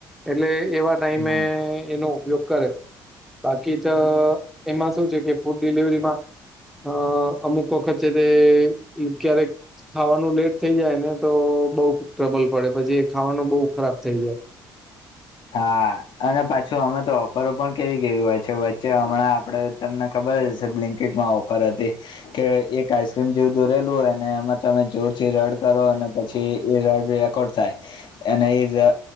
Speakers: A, in the centre; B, on the left.
A: એટલે એવા ટાઈમે
B: હા
A: એનો ઉપયોગ કરે. બાકી તો એમાં શું છે કે ફૂડ ડિલિવરીમાં. અ અમુક વખત છે તે ક્યારેક. ખાવાનું લેટ થઇ જાય ને તો બઉ ટ્રબલ પડે પછી એ ખાવાનું બહુ ખરાબ થઈ જાય.
B: હા અને પાછું અમે તો ઓફરો પણ કેવી કેવી હોય છે વચ્ચે હમણાં આપડે. તમને ખબર જ હશે બ્લિન્કેટમાં ઓફર હતી. કે એક આઈસક્રીમ જેવું દોરેલું હોય ને એમાં તમે જોર થી રડ કરો અને પછી એ રડ. થાય